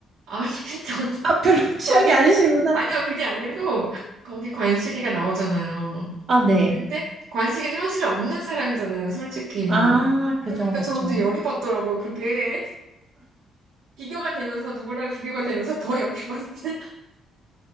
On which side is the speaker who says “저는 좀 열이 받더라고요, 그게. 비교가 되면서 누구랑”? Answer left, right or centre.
Right